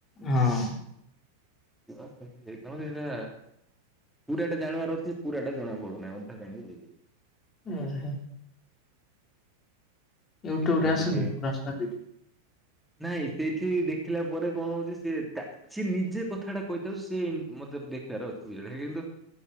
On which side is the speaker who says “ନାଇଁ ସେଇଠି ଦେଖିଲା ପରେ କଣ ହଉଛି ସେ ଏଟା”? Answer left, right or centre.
Centre